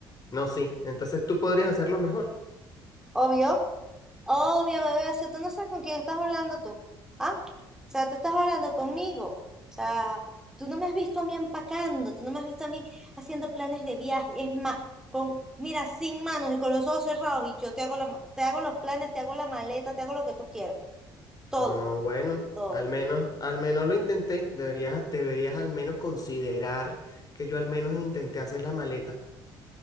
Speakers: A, on the left; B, in the centre.
A: no, sí. Entonces tú podrías hacerlo mejor.
B: Obvio, obvio, bebé. O sea, tú no sabes con quién estás hablando tú. ¿Ah? O sea, tú estás hablando conmigo. O sea, tú no me has visto a mí empacando, tú no me has visto a mí haciendo planes de viaje. Es más, con, mira, sin manos y con los ojos cerrados, y yo te hago la, ma- te hago los planes, te hago la maleta, te hago lo que tú quieras. Todo,
A: No, bueno,
B: todo.
A: al menos, al menos lo intenté. Deberías, deberías al menos considerar que yo al menos intenté hacer la maleta.